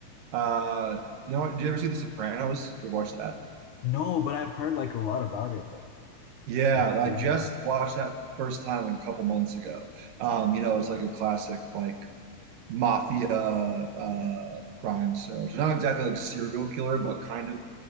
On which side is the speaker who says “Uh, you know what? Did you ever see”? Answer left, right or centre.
Right